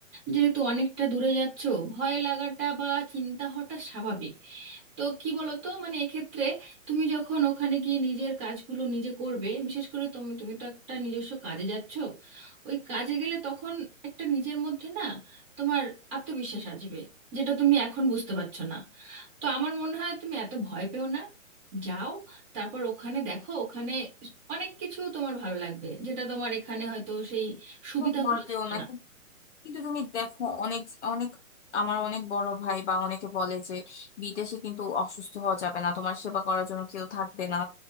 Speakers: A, on the right; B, on the left.
A: যেহেতু অনেকটা দূরে যাচ্ছো ভয় লাগাটা বা চিন্তা হওয়াটা স্বাভাবিক তো কি বলতো মানে এক্ষেত্রে তুমি যখন ওখানে গিয়ে নিজের কাজগুলো নিজে করবে বিশেষ করে তুমি তুমি তো একটা নিজস্ব কাজে যাচ্ছ ওই কাজে গেলে তখন একটা নিজের মধ্যে না তোমার আত্মবিশ্বাস আসবে যেটা তুমি এখন বুঝতে পারছো না তো আমার মনে হয় তুমি এত ভয় পেও না যাও তারপর ওখানে দেখো ওখানে অনেক কিছু তোমার ভালো লাগবে যেটা তোমার এখানে হয়তো সেই সুবিধাগুলো
B: খুব ভয় পেও
A: ছিল
B: না
A: না
B: কি- কিন্তু তুমি দেখো অনেক অনেক আমার অনেক বড় ভাই বা অনেকে বলে যে বিদেশে কিন্তু অসুস্থ হওয়া যাবে না তোমার সেবা করার জন্য কেউ থাকবে না